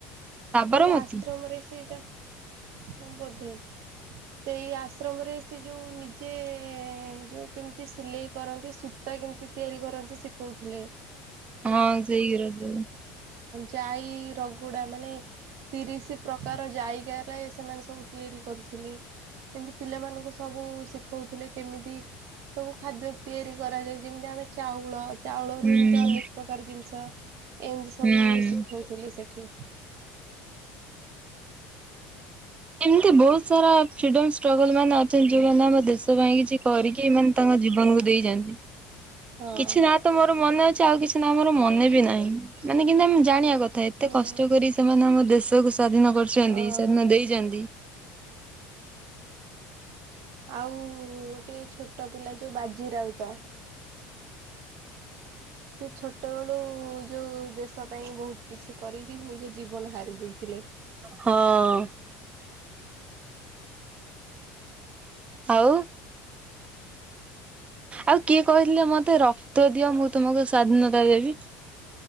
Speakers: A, on the right (about 20°); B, on the right (about 60°).
A: ସାବରମତୀ
B: ସେ ଆଶ୍ରମରେ ସେଟା ହଁ ବଧେ। ସେଇ ଆଶ୍ରମରେ ସେ ଯୋଉ ନିଜେ ଯୋଉ କେମିତି ସିଲେଇ କରନ୍ତି ସୁ ତା କେମିତି ତିଆରି କରନ୍ତି ଶିଖୋଉ ଥିଲେ।
A: ହଁ ସେଇ ଗୁରା ସବୁ।
B: ଯାଇ ରଗୁଡା ମାନେ ତିରିଶ ପ୍ରକାର ଜାଇଗ ସେମାନେ ସବୁ ତିଆରି କରୁଥିଲେ। ଏମତି ପିଲାମାନଙ୍କୁ ସବୁ ଶିଖଉଥିଲେ କେମିତି ସବୁ ଖାଦ୍ୟ ତିଆରି କରାଯାଏ ଯେମିତି ଆମେ ଚାଉଳ ଚାଉଳ
A: ହୁଁ।
B: ରୁ ଏମତି ଅନେକ ପ୍ରକାର ଜିନିଷ ଏମିତି ସବୁ
A: ହୁଁ।
B: ଶିଖଉଥିଲେ ସେଠି।
A: ଏମିତି ବହୁତ ସାରା ଫ୍ରିଡମ ଷ୍ଟ୍ରଗଲ ମାନେ ଅଛନ୍ତି ଯୋଉମାନେ ଆମ ଦେଶ ପାଇଁ କିଛି କରିକି ତମ ଜୀବନକୁ ଦେଇ ଯାନ୍ତି।
B: ହଁ।
A: କିଛି ନାଁ ତ ମୋର ମନେ ଅଛି ଆଉ କିଛି ନା ମୋର ମନେ ବି ନାହିଁ ମାନେ କିନ୍ତୁ ଆମେ ଜାଣିବା କ ଏତେ
B: ହୁଁ।
A: କଷ୍ଟ କରି ସେମାନେ ଆମ ଦେଶକୁ ସ୍ଵାଧୀନ କରୁଛନ୍ତି
B: ହଁ।
A: ସ୍ଵାଧୀନ ଦେଇଛନ୍ତି।
B: ଆଉ ଗୋଟେ ଛୋଟ ପିଲା ଯୋଉ ବାଜି ରାଉ ତ। ସେ ଛୋଟବେଳୁ ଯଉ ଦେଶ ପାଇଁ ବହୁତ କିଛି କରିକି ନିଜ ଜୀବନ ହାରି ଦେଇଥିଲେ।
A: ହଁ ଆଉ। ଆଉ କିଏ କହିଥିଲା ମତେ ରକ୍ତ ଦିଅ ମୁଁ ତମକୁ ସ୍ଵାଧୀନତା ଦେବି?